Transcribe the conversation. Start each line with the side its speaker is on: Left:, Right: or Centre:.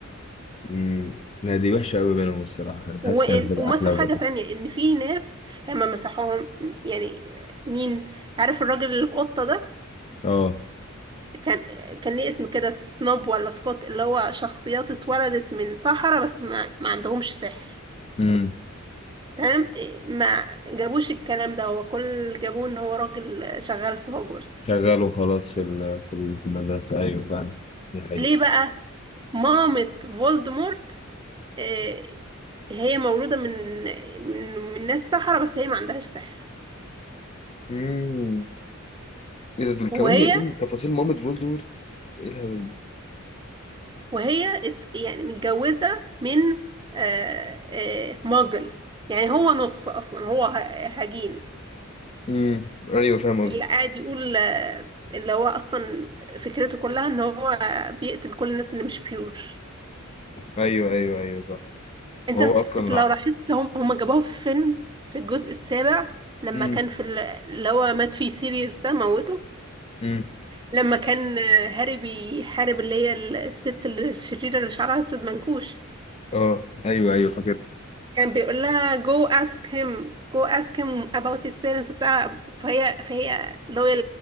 Left: امم لا دي وحشة أوي بينهم الصراحة أنا
Right: و...
Left: حاسس كانت هتبقى
Right: ومسحوا
Left: أحلى وجابوا
Right: حاجة تانية ان في ناس هما مسحوهم يعني مين عارف الراجل اللي في قطة ده
Left: اه
Right: كان كان ليه اسم كده سنوب ولا سكوت اللي هو شخصيات اتولدت من سحرة بس ما, ما عندهمش سحر
Left: امم
Right: تمام إيه، ما جابوش الكلام ده هو كل اللي جابوه ان هو راجل شغال في هوجورت
Left: شغال وخلاص في ال... في ال... في المدرسة أيوه فعلا دي حقيقة
Right: ليه بقى مامة فولدمورت آه، هي مولودة من من من ناس سحرة بس هي ما عندهاش سحر
Left: امم ايه ده دول
Right: وهي
Left: كمان جايبين تفاصيل مامة فولدورت ايه الهبل ده
Right: وهي ات- يعني متجوزة من آه، آه، ماجل يعني هو نص أصلا هو ه- هجين
Left: امم ايوه فاهم قصدك
Right: اللي قاعد يقول آه، اللي هو أصلا فكرته كلها إن هو بيقتل كل الناس اللي مش بيور
Left: ايوه ايوه ايوه صح
Right: انت
Left: وهو اصلا
Right: انت
Left: العكس
Right: لو لاحظت هم هم جابوها في فيلم في الجزء السابع لما
Left: امم
Right: كان في ال- اللي هو مات فيه سيريوس ده موته
Left: امم
Right: لما كان هاري بيحارب اللي هي الست الشريرة اللي شعرها اسود منكوش
Left: اه ايوه ايوه فاكر
Right: كان بيقول لها go ask him go ask him about his parents وبتاع فهي فهي لويال